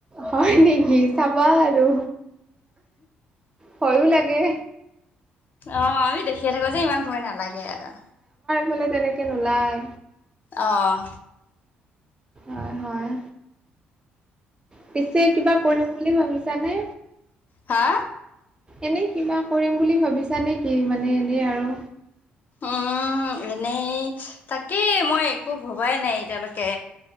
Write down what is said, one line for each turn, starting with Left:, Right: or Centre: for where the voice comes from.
Right: হয় নেকি? চাবা আৰু ভয়ো লাগে
Left: অ আমি দেখিয়ে থাকো যে ইমান ভয় নালাগে আৰু।
Right: মানে তেনেকৈ নোলায়।
Left: অঁ
Right: হয় হয়, পিছে কিবা কৰিম বুলি ভাবিছো চানে
Left: হা
Right: এনেই কিবা কৰিম বুলি ভাবিছা নে কি মানে এনেই আৰু
Left: উম এনেই তাকেই মই একো ভবাই নাই এতিয়ালৈকে